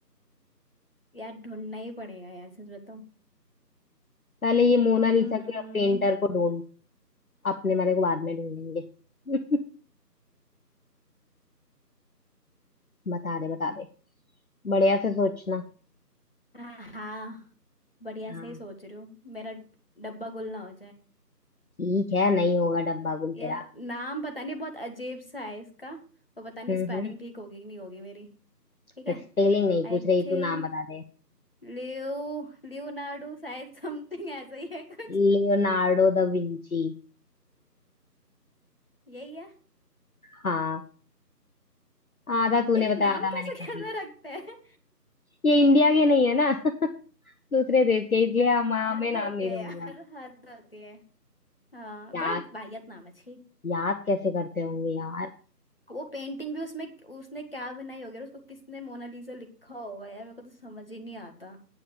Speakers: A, on the left; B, on the left.
A: यार ढूंढना ही पड़ेगा यार सच बताऊं
B: पहले ये मोनालिसा
A: हम्म
B: के पेंटर को ढूंढ अपने वाले को बाद में ढूंढेंगे <laughs> बता दे बता दे बढ़िया से सोचना
A: हाँ हाँ, बढ़िया
B: हाँ
A: से ही सोच रही हूँ मेरा डब्बा गुल ना हो
B: ठीक है नहीं होगा डब्बा गुल
A: यार
B: तेरा
A: नाम पता नहीं बहुत अजीब सा है इसका और पता नहीं
B: हम्म
A: स्पेलिंग
B: हम्म
A: ठीक होगी कि नहीं होगी मेरी ठीक
B: तो
A: है
B: स्पेलिंग नहीं
A: आई
B: पूछ रही
A: थिंक
B: तू नाम बता दे
A: लियो लियोनार्डो शायद समथिंग ऐसा ही है कुछ
B: Leonardo da Vinci
A: यही है
B: हाँ आधा तूने
A: यार ये
B: बताया
A: नाम
B: आधा
A: कैसे
B: मैंने कंप्लीट
A: कैसे रखते हैं
B: ये इंडिया के नहीं है ना <laughs> दूसरे देश के इसलिए हम हमें
A: हद
B: नाम
A: होते
B: नहीं था
A: है यार
B: मनवाते
A: हद होती है हाँ
B: यार
A: बड़ा वाहियत नाम है छी
B: याद कैसे करते होंगे यार
A: वो पेंटिंग भी उसमें उसने क्या बनाई होगी और उसको किसने मोनालिसा लिखा होगा यार मेरे को तो समझ ही नहीं आता